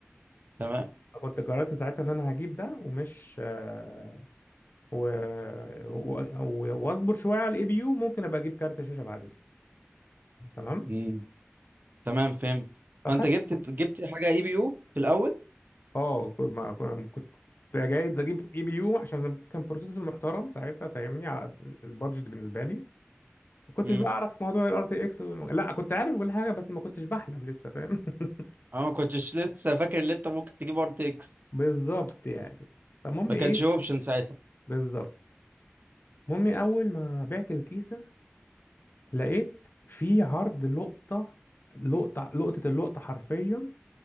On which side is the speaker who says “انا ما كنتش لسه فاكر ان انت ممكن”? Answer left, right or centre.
Right